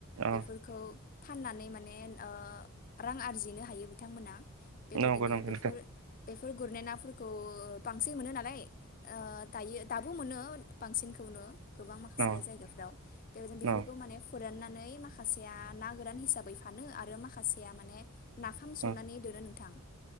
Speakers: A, on the right (about 65°); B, on the left (about 40°).
A: अ
B: बेफोरखौ फाननानै माने ओ रां आरजिनो हायो। बिथांमोना। बेबायदिनो
A: नंगौ नंगौ नोंथां
B: बिफोर बेफ <unintelligible> गुरनाय नाफोरखौ बांसिन मोनो नालाय। ओ दायो दाबो मोनो। बांसिनखौनो गोबां माखासे
A: अ
B: जायगाफ्राव बेबायदि बेफोरखौ
A: अ
B: माने फोरानना नै माखासेया ना गोरान हिसाबै फानो आरो माखासेआ माने ना नाफाम सौनानै
A: औ
B: दोनो नोंथां